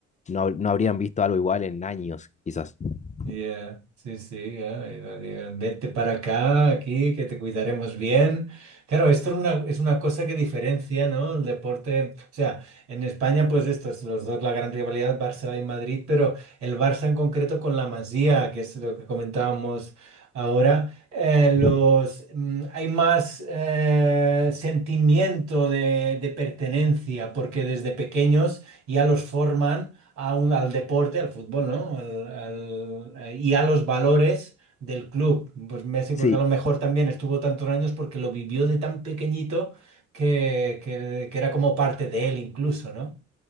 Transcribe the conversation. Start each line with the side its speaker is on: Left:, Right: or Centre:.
Left: no, hab- no habrían visto algo igual en años, quizás. <laughs>
Right: Ya, Sí, sí, ya, y lo digan, vete para acá, aquí, que te cuidaremos bien. Claro, esto es una, es una cosa que diferencia, ¿no? El deporte, o sea, en España, pues esto es los dos, la gran rivalidad, Barça y Madrid, pero el Barça en concreto con la Masía, que es lo que comentábamos ahora, eh, los,
Left: Ujú.
Right: mm, hay más eh, sentimiento de, de pertenencia, porque desde pequeños ya los forman a un- al deporte, al fútbol, ¿no? Al- al- eh, y a los valores del club. Pues Messi, pues
Left: Sí,
Right: a lo mejor también estuvo tantos años porque lo vivió de tan pequeñito que, que- que era como parte de él incluso, ¿no?